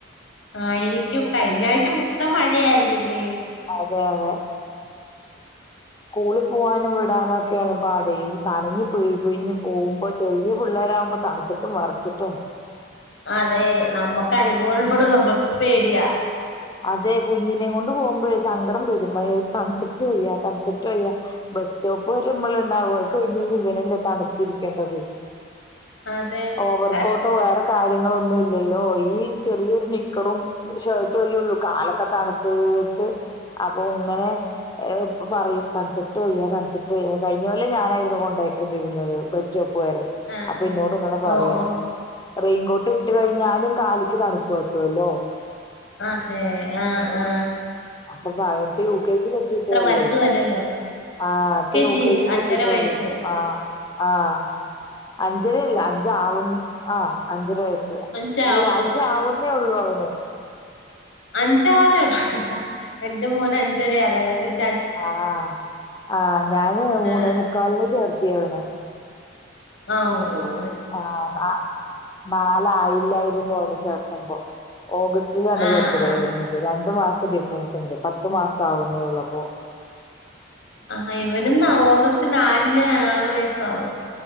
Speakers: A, on the left; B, on the left.
A: ആയിരിക്കും കഴിഞ്ഞ ആഴ്ച മൊത്തം മഴയായിരുന്നില്ലേ
B: തെ അതെ സ്കൂളിൽ പോവാനും വിടാനും ഒക്കെയാണ് പാടെ ഇത് നനഞ്ഞ് പിഴിഞ്ഞ് പോകുമ്പോ ചെറിയ പിള്ളോരാവുമ്പോ തണുത്തിട്ടും വിറച്ചിട്ടും
A: അതെ നമ്മക്ക് അനുഭവം ഉള്ളതുകൊണ്ട് നമ്മുക്ക് പേടിയാ
B: അതെ കുഞ്ഞിനെ കൊണ്ട് പോകുമ്പഴേ സങ്കടം വരും മഴയത്ത് തണുത്തിട്ട് വയ്യാ തണുത്തിട്ട് വയ്യ ബസ് സ്റ്റോപ്പ് വരെമ്മൾ ഉണ്ടാവും അത് കഴിഞ്ഞഞ് ഇവരല്ലേ തണുത്തിരിക്കേണ്ടത്
A: അതെ
B: ഓവർക്കോട്ടോ
A: കഷ്ടം
B: വേറെ കാ ര്യങ്ങളൊന്നും ഇല്ലല്ലോ ഈ ചെറിയൊരു നിക്കറും ഷർട്ടും അല്ലേള്ളൂ കാലൊക്കെ തണുത്തീട്ട് അപ്പൊ ഇങ്ങനെ പറയും തണുത്തിട്ട് വയ്യ തണുത്തിട്ട് വയ്യ കഴിഞ്ഞ കൊല്ലം ഞാനായിരുന്നു കൊണ്ടാക്കിക്കൊണ്ടിരുന്നത് ബസ് സ്റ്റോപ്പ് വരെ
A: ആഹ്
B: അപ്പൊ
A: ആഹ്
B: ഇന്നോട് ഇങ്ങനെ പറയും
A: ഓ ഓ
B: റെയിൻകോട്ട് ഇട്ടു കഴിഞ്ഞാലും
A: ആഹ്
B: കാല് <unintelligible> തണുപ്പ് കിട്ടുവല്ലോ
A: അതെ ആഹ് ആ
B: അപ്പൊ പറയും ഇപ്പ യു കെ ജിൽ എത്തിട്ടേള്ളേ
A: വലുതുമല്ലല്ലോ
B: ആ ഇപ്പ യു
A: ജി
B: കെ ജിൽ
A: അഞ്ചര
B: എത്തിട്ടേള്ളു
A: വയസ്സ്
B: ആ ആഹ് അഞ്ചരയില്ല അഞ്ച് ആവുന്ന ആ അഞ്ചര വയ സാ
A: അഞ്ചാവുന്നു
B: ഇല്ല അഞ്ച് ആവുന്നേ ഉള്ളൂ അവന്
A: അഞ്ചാവന്നേ <unintelligible> എന്റെ മോന് അഞ്ചരയാ അതാ ചോയ്
B: ആഹ് ആഹ് ഞാന്
A: ആ
B: മൂന്നേമുക്കാലിന്ന് ചേർ ത്തി ഇവനെ
A: അ ഊ
B: ആ നാ നാലായി ല്ലായിരുന്നു അവനെ ചേർത്തുമ്പം ഓഗസ്റ്റിലാണ്
A: ആഹാ
B: ബർത്ത്ഡേ വര്നത് രണ്ടു മാസ ഡിഫറൻസ് ഉണ്ട് പത്തു മാസം ആവുന്നേ ഉള്ളപ്പോ
A: ആഹാ ഇവന് ന്നാഓഗസ്റ്റ് നാലിന് ആറു വയസ് സ്റ്റാകും